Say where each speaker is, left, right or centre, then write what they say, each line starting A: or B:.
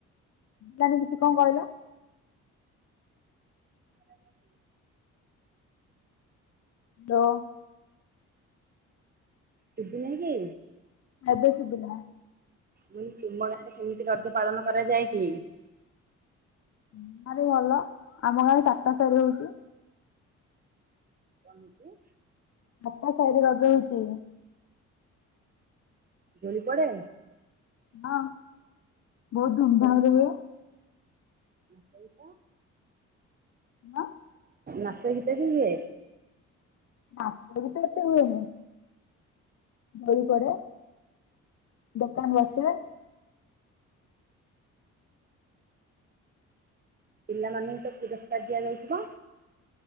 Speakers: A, on the left; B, on the right.
A: ଜାଣିନି କିଛି କଣ କହିଲା।
B: କହିଲ?
A: ଦ
B: ସୁବୁ ନେଇକି।
A: ଏବେ ସୁବିଲା।
B: ମୁଁ ତୁମ ଗାଁରେ କେମିତି ରଜ ପାଳନ କରାଯାଏ କି?
A: ହୁଁ ଗାଁରେ ଭଲ ଆମ ଗାଁରେ ଚାରିଟା ତରୀ ହଉଛି।
B: କଣ ହେଇଛି।
A: ଆଟା ସାହିରେ ରଜ ହଉଚି।
B: ଦୋଳି ପଡ଼େ।
A: ହଁ ବହୁତ ଧୁମଧାମ ରେ ହୁଏ।
B: ଆ ସେଇ ତ
A: ମାଁ
B: ନାଚ ଗୀତ ବି ହୁଏ।
A: ନାଚ ଗୀତ ଏତେ ହୁଏନି। ଦୋଳି ପଡେ ଦୋକାନ ବସେ।
B: ପିଲାମାନଙ୍କୁ ତ ପୁରସ୍କାର ଦିଆଯାଇଥିଲା